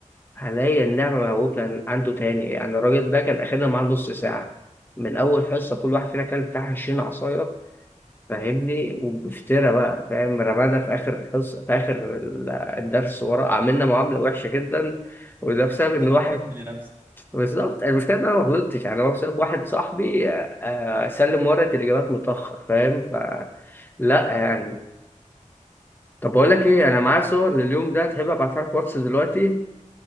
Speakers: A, on the left; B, on the right.
A: حاليا نعمة موجود لأن عنده تاني يعني الراجل ده كان أخدنا معاه نص ساعة من أول حصة كل واحد فينا كان بتاع عشرين عصاية فاهمني وبفترة بقى فاهم رمانا في آخر الحصة في آخر ال- الدرس ورا عملنا معاملة وحشة جدا وده بسبب
B: وأنت
A: إن
B: اللي
A: واحد
B: فردت لي نفسك
A: بالظبط يعني المشكلة إن أنا ما غلطتش يعني هو بسبب واحد صاحبي آه، سلم ورقة الإجابات متأخر فاهم ف لا يعني طب بقول
B: يلا
A: لك إيه
B: يا عم
A: أنا معايا صور لليوم ده تحب أبعتها لك واتس دلوقتي